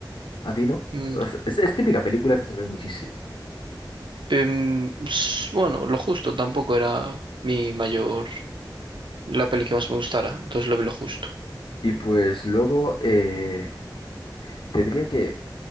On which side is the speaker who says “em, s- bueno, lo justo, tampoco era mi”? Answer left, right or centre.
Right